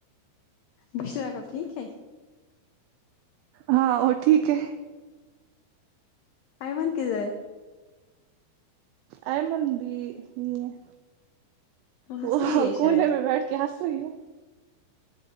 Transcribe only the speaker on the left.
بشرا کل ٹھیک ہے
آئمن کدھر ہے
ہنس
رہی ہے
شاید